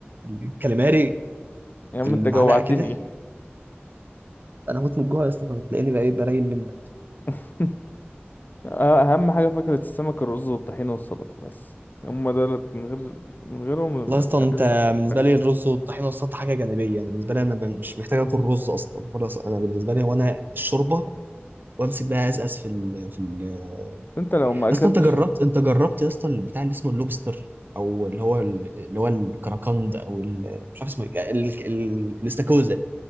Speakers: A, on the right (about 50°); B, on the left (about 45°).
A: الكاليماري
B: يا عم
A: في المعلقه
B: انت جوعتني
A: كده انا هموت من الجوع يا اسطى تلاقيني بقى ايه برايل منك
B: <laughs> اهم حاجه فاكهه السمك الرز والطحينه والسلطه بس هم دولت من غير من غيرهم
A: والله اصلا
B: اكلة
A: انت
B: السمك ما
A: بالنسبه
B: تكملش
A: لي الرز والطحينه والسلطه حاجه جانبيه انا بالنسبه لي انا ب- مش محتاج اكل رز اصلا خلاص انا بالنسبه لي هو انا الشوربه وامسك بقى ازقز في ال في ال يا
B: انت لو ما اكلتش
A: اسطى انت جربت انت جربت يا اسطى البتاع اللي اسمه اللوبستر او اللي هو ال- اللي هو الكراكند او ال- مش عارف اسمه ايه ال- ال- الاستاكوزا